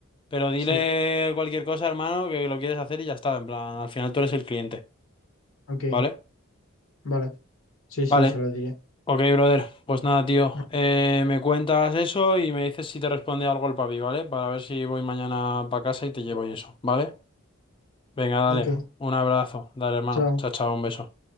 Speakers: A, on the left; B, on the left.
A: Pero dile
B: Sí,
A: cualquier cosa, hermano, que lo quieres hacer y ya está. En plan, al final tú eres el cliente,
B: ok,
A: ¿vale?
B: vale. Sí, sí,
A: Vale.
B: se lo diría.
A: Ok, brother. Pues nada, tío.
B: Mm,
A: Eh, me cuentas eso y me dices si te responde algo el papi, ¿vale? Para ver si voy mañana para casa y te llevo
B: Vale,
A: y eso, ¿vale? Venga, dale.
B: ok.
A: Un abrazo. Dale, hermano.
B: chao
A: Chao, chao. Un beso.